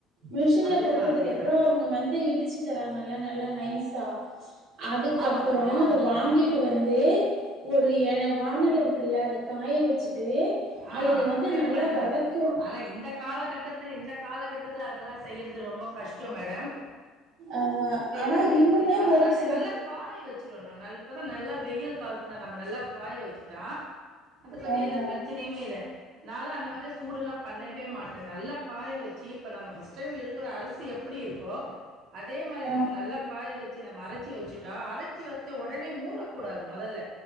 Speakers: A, on the right; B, on the right.
A: மிஷின்ல
B: அதேதா
A: குடுத்ததுக்கு
B: அதேதா
A: அப்புறோ அவங்க வந்து இடிச்சு தராங்கல்ல நல்ல நைஸா அதுக்கப்பறோ
B: ஆமா தோழி ஆமாம்
A: அத வாங்கிட்டு
B: தோழி
A: வந்து <unintelligible> வானல்ல இருக்குல்ல அதக் காய வச்சுட் டு
B: ஆ
A: அதுல வந்து
B: அப்படியே
A: நல்லா
B: பண்ணலாம்
A: வதக்
B: ஆனா இந்த காலகட்டத்துல இந்த காலகட்டத்துல அதெல்லா செய்யறது ரொம்ப கஷ்டம் மேடம்
A: ஆஹ
B: இப்ப
A: ஆனா
B: எங்க செய்ய
A: இன்னுமே
B: முடியுது அதனான
A: ஒரு சில
B: நல்லா காய வச்சிருணு ந அப்பதா நல்லா வெயில் காலத்துல நம்ம நல்லா காய வச்சுட்டா அத பத்தி
A: ஆஹ
B: எந்த பிரச் ல்ல நால அந்த மாரி சூடு எல்லா பண்ணவே மாட்டே நல்லா காய வச்சு இப்ப நம் ஃப்ஸ்ட் டைம் எடுக்கிற அரிசி எப்படி இருக்கோ அதே மாரி
A: ஆ
B: நம்ம நல்லா காய வச்சு நம்ம அரச்சி வச்சுட்டா அரைச்சி வச்ச உடனே மூடக்கூடாது முதல்ல